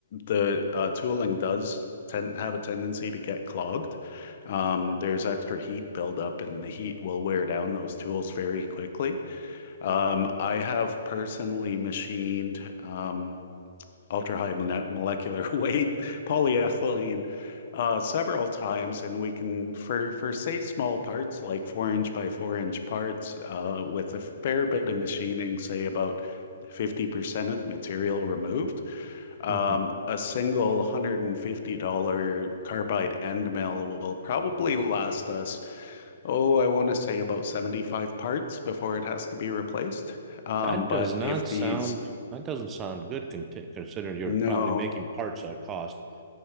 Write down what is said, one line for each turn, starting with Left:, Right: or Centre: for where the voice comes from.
Left: the uh, tooling does tend have a tendency to get clogged, um, there's extra heat buildup, and the heat will wear down those tools very quickly. Um, I have personally machined. Um, ultra-high molecular <laughs> weight polyethylene uh, several times, and we can, for for say small parts, like 4-inch by 4-inch parts, uh, with a fair bit of machining, say about 50% of the material removed, um,
Right: hmm
Left: a single $150 carbide end mill will probably last us, oh, I want to say about 75 parts before it has to be replaced. Um,
Right: That
Left: But
Right: does not
Left: if these,
Right: sound. That doesn't sound good. con- Considering you're
Left: no,
Right: probably making parts that cost